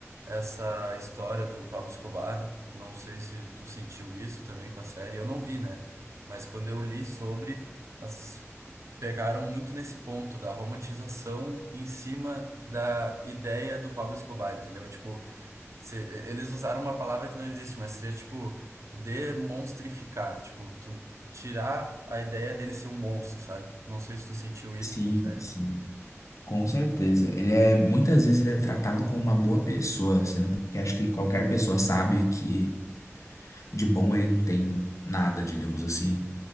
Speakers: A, on the right; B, on the left.
A: essa história do Pablo Escobar. Não sei se tu sentiu isso também com a série, eu não vi, né? Mas quando eu li sobre, as pegaram muito nesse ponto da romantização em cima da ideia do Pablo Escobar, entendeu? Tipo, se- eles usaram uma palavra que não existe, mas seria tipo demonstrificar, tipo, tu tirar a ideia dele ser um monstro, sabe? Não sei se tu sentiu isso
B: Sim,
A: com a série.
B: sim. Com certeza. Ele é, muitas vezes ele é tratado como uma boa pessoa, sendo que acho que qualquer pessoa sabe que de bom ele não tem nada, digamos assim.